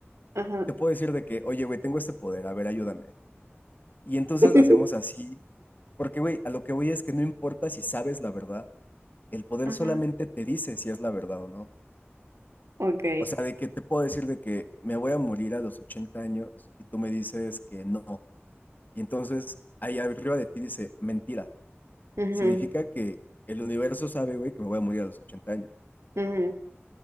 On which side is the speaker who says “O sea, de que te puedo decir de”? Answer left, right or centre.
Left